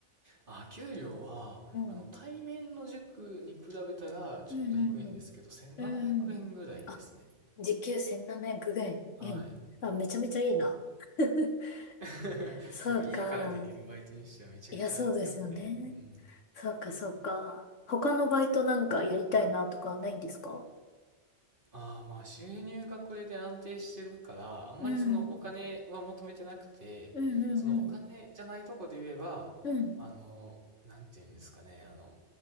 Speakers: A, on the right; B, on the left.
A: あ、給料は、
B: うん。
A: あの、対面の塾に比べたらちょっと低いんですけど、
B: うんうんうん。
A: 1700円ぐらいですね。
B: うんうん。あ、時給1700ぐらい。
A: はい。
B: うん。あ、めちゃめちゃいいな。<laughs>
A: <laughs>
B: そうか。
A: そう、家からできるバイトにしてはめちゃくちゃ良くて。
B: いや、そうですよね。
A: うん。
B: そうか、そうか。他のバイトなんかやりたいなとかはないんですか
A: ああ、まあ収入がこれで安定してるから、あんまりそのお金は求めてなくて、
B: うん。うんうんうん。
A: そのお金じゃないとこで言えば、
B: うん。
A: あの、なんていうんですかね、あの、